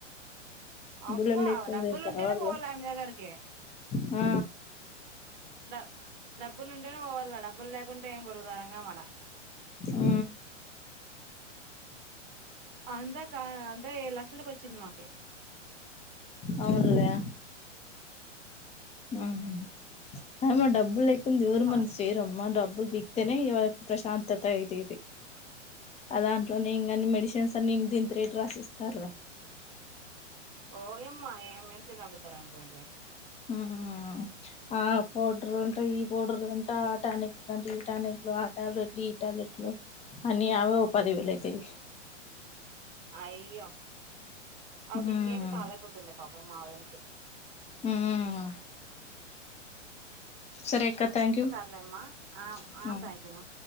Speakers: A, on the right; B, on the left.
A: అబ్బా
B: బిల్లులు లెక్కన
A: డబ్బులు
B: చేస్తారా
A: ఉంటనే
B: వాళ్ళు
A: పోవాలె ఆమె దగ్గరికి.
B: ఆ
A: డ డబ్బులు ఉంటేనే పోవాల డబ్బులు లేకుంటే ఏం పొరుగుదారంగా ఆ మడ
B: ఆ
A: అంతాకా అంతా ఏడు లక్షలకు వచ్చింది మాకి.
B: అవునులే. ఆహా అదేమో డబ్బుల్ లేకుంది ఎవరు
A: ఫస్ట్
B: మనకు చేయరమ్మా డబ్బుల్ పి తేనే ఇవ్వాలకి ప్రశాంతత అయితేది ఆ దాంట్లోనే ఇంకాన్ని మెడిసెన్స్ అన్ని ఇంత ఇంత రేట్ రాసి ఇస్తారురా.
A: ఓయమ్మాయే మెడిసిన్ రాపిత్తారని పోయింటివే.
B: ఆహా ఆ పౌడర్ అంటా, ఈ పౌడర్లు అంటా, ఆ టానిక్లు అంట, ఈ టానిక్లు అంట ఆ ట్యాబ్లెట్లు ఈ ట్యాబ్లెట్లు అన్ని అవో పది వేలు అయితయి.
A: అయ్యో అవి
B: ఉమ్
A: మింగేటివి సాలకపోతుండే పాపం మా వదనకి.
B: ఉమ్ సరే అక్క. థ్యాంక్
A: సర్లేమ్మా ఆ
B: యూ
A: ఆ థ్యాంక్యూ అమ్మా.